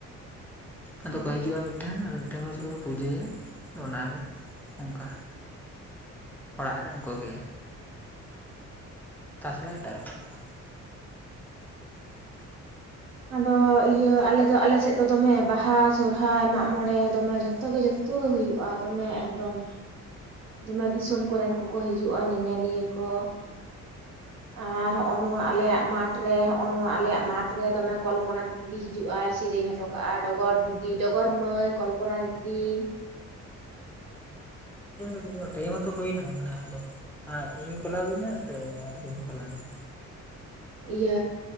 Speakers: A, in the centre; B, on the right.
A: ᱟᱫᱚ
B: ᱦᱮᱸ
A: ᱠᱚ ᱦᱤᱡᱩᱜ-ᱟ ᱢᱤᱫᱴᱷᱮᱱ ᱟᱫᱚ ᱢᱤᱫᱴᱷᱮᱱ ᱟᱫᱚ ᱢᱤᱫᱴᱷᱮᱱ ᱠᱚ ᱪᱮᱠᱟ ᱠᱚ ᱯᱩᱡᱟᱹᱭᱟ ᱟᱫᱚ ᱚᱱᱟᱜᱮ ᱚᱝᱠᱟ᱾ ᱚᱲᱟᱜ ᱨᱮ ᱩᱱᱠᱩ ᱜᱮ ᱛᱟᱪᱷᱟᱲᱟ ᱮᱴᱟᱜ ᱨᱚᱠᱚᱢ ᱫᱚ ᱵᱟᱝ᱾
B: ᱟᱫᱚ ᱤᱭᱟᱹ ᱟᱞᱮ ᱫᱚ ᱟᱞᱮ ᱥᱮᱫ ᱫᱚ ᱫᱚᱢᱮ ᱵᱟᱦᱟ, ᱥᱚᱨᱦᱟᱭ, ᱢᱟᱜ ᱢᱚᱸᱬᱮ ᱫᱚᱢᱮ ᱡᱷᱚᱛᱚ ᱜᱮ ᱡᱷᱚᱛᱚ ᱜᱮ ᱦᱩᱭᱩᱜᱼᱟ ᱫᱚᱢᱮ ᱮᱠᱫᱚᱢ᱾ ᱫᱚᱢᱮ ᱫᱤᱥᱚᱢ ᱠᱚᱨᱮᱱ ᱠᱚᱠᱚ ᱦᱤᱡᱩᱜ-ᱟ ᱧᱮᱧᱮᱞᱤᱭᱟᱹ ᱠᱚ᱾ ᱟᱨ ᱦᱚᱸᱜ-ᱚ ᱱᱚᱣᱟ ᱟᱞᱮᱭᱟᱜ ᱢᱟᱴᱷ ᱨᱮ ᱦᱚᱸᱜ-ᱚ ᱱᱚᱣᱟ ᱟᱞᱮᱭᱟᱜ ᱢᱟᱴᱷ ᱠᱚᱨᱮ ᱫᱚᱢᱮ ᱠᱚᱞᱯᱚᱱᱟ ᱫᱤᱫᱤ ᱦᱤᱡᱩᱜ-ᱟᱭ, ᱥᱮᱨᱮᱧ ᱦᱚᱴᱚ ᱠᱟᱜ-ᱟ ᱰᱚᱜᱚᱨ ᱫᱤᱫᱤ, ᱰᱚᱜᱚᱨ ᱢᱟᱹᱭ, ᱠᱚᱞᱯᱚᱱᱟ ᱫᱤᱫᱤ᱾
A: <unintelligible> ᱴᱟᱭᱤᱢ ᱦᱚᱛᱚ ᱦᱩᱭᱱᱟ ᱢᱟᱱᱮ ᱟᱫᱚ ᱟ ᱤᱧ ᱠᱚᱞ ᱟᱵᱤᱱᱟ ᱥᱮ ᱟᱵᱤᱱ ᱠᱚᱞ ᱟᱵᱤᱱ?
B: ᱤᱭᱟᱹ